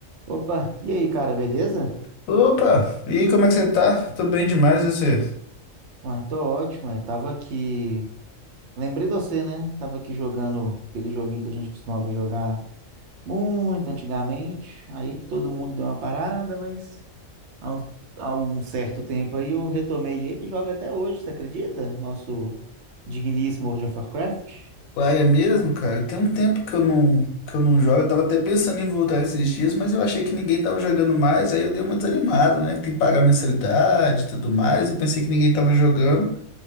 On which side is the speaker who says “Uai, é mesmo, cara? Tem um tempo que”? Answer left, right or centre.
Left